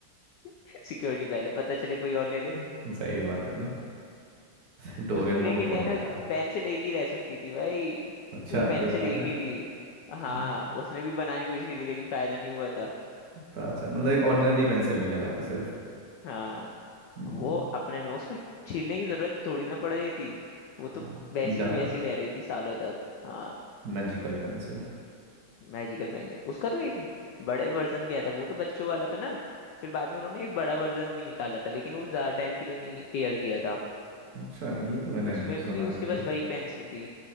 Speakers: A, on the left; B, on the right.
A: <laughs> सिक्योरिटी पहले पता चले कोई और ले ले
B: <laughs> सही बात है ना डोरेमोन
A: उसमें लेकिन
B: ही बहुत
A: है
B: देखा
A: ना
B: है
A: पेंसिल एक ही रह सकती थी भाई
B: अच्छा
A: वो पेंसिल
B: ये था
A: एक
B: क्या
A: ही थी हाँ
B: हाँ
A: उसने भी बनाने की कोशिश की थी लेकिन फायदा नहीं हुआ था
B: तो अच्छा मतलब एक ऑर्डिनरी पेंसिल निकल आती सिर्फ
A: हाँ
B: हम्म,
A: वो अपने में उसको छीलने की जरूरत थोड़ी ना पड़ रही थी
B: हाँ
A: वो तो वैसी
B: जा
A: की वैसी रह रही थी सालों तक हाँ
B: मैजिकल पेंसिल
A: मैजिकल बैंगन उसका तो एक बड़े वर्जन भी आया था वो तो बच्चों वाला था ना फिर बाद में उन्होंने एक बड़ा वर्जन भी निकाला था लेकिन वो ज्यादा टाइम के लिए नहीं एयर किया था
B: अच्छा ये तो मैंने
A: उसमें
B: नहीं सुना
A: भी उसके
B: कभी
A: पास वही पेंसिल थी